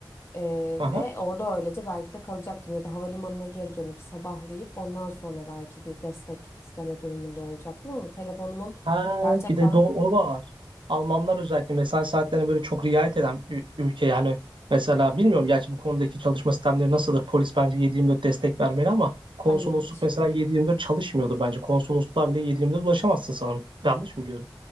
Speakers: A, on the left; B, on the right.
A: Ee,
B: Aha.
A: ve orada öylece belki de kalacaktım ya da havalimanına geri dönüp sabahlayıp ondan sonra belki bir destek isteme durumunda olacaktım ama telefonumun
B: Ha,
A: gerçekten
B: bir de do o var. Almanlar özellikle mesai saatlerine böyle çok riayet eden ü- ülke yani mesela bilmiyorum gerçi bu konudaki çalışma sistemleri nasıldır. Polis bence 7/24 destek vermeli ama konsolosluk
A: hayır hiç.
B: mesela 7/24 çalışmıyordur bence. Konsolosluğa bile 7/24 ulaşamazsın sanırım. Yanlış mı biliyorum?